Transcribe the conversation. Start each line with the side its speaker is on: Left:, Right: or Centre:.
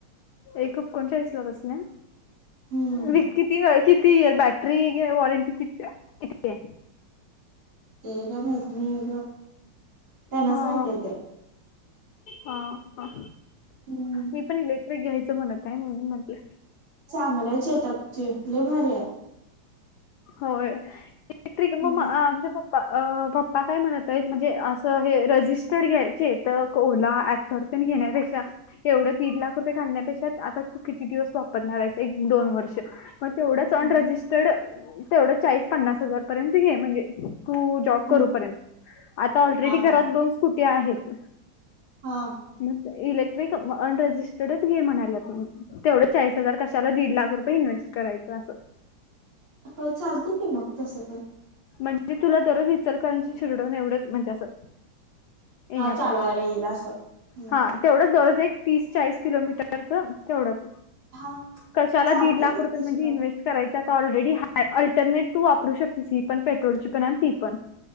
Left: एक कोणचाळीस ला बसले ना.
Right: हम्म
Left: वी किती कितीर बॅटरी वॉरंटी किती किती आहे
Right: ते काय माहित नाही ग त्यांनाच
Left: हा
Right: माहित आहे ते
Left: हा हा
Right: हम्म
Left: मी पण ईलट ते घ्यायचं म्हणत आहे म्हणून म्हंटलं
Right: चांगल्या च येत्यात की लय भरी आहे.
Left: होय इलेक्ट्रिक
Right: हम्म
Left: म म आमचे पप्पा प अ पप्पा काय म्हणत आहेत म्हणजे असं हे रजिस्टर्ड घ्यायचे तर कोला फॉर्च्यून घेण्यापेक्षा एवढं दीड लाख रुपये घालण्यापेक्षा आता तु किती दिवस वापरणार आहेस एक, दोन वर्ष मग तेवढंच अनरजिस्टर्ड
Right: हम्म
Left: तेवढं चाळीस, पन्नास हजार पर्यंत घे म्हणजे तु जॉब
Right: हम्म
Left: करूपर्यंत आता ऑलरेडी
Right: हा
Left: घरात
Right: हा
Left: दोन स्कुटी आहेत
Right: हा
Left: मग इलेक्ट्रिक अ अनरजिस्टर्डच घे म्हणाल्यात तेवढं चाळीस हजार कशाला दीड लाख रुपये इनव्हेस्ट करायचं आसं
Right: होय चालत की मग तसं पण
Left: म्हणजे तुला दररोज इचलकरांची शिरढोण एवढंच म्हणजे असं
Right: हा
Left: एण्यापुरत
Right: चालवायला येईल असं. हम्म
Left: हा तेवढंच दररोज एक, तीस, चाळीस किलोमीटरच अ तेवढंच
Right: हा
Left: कशाला
Right: चालतंय
Left: दीड लाख
Right: की
Left: रुपये
Right: तसं
Left: म्हणजे
Right: पण
Left: इन्व्स्ट करायचा ऑलरेडी ह अल्टरनेट तू वापरू शकतेस ही पण पेट्रोलची पण आणि ती पण